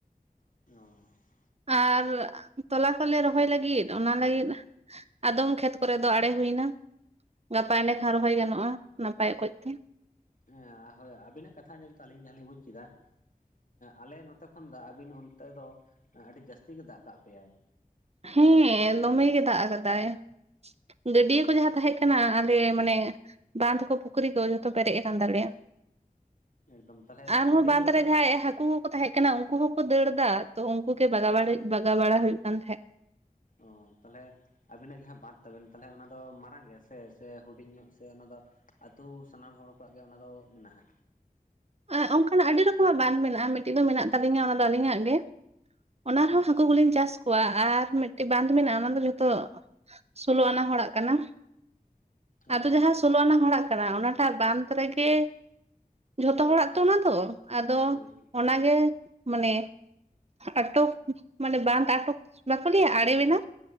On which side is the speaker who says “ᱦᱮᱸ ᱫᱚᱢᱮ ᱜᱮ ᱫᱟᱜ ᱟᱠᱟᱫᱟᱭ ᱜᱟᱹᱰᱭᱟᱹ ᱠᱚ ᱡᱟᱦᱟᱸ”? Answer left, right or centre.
Right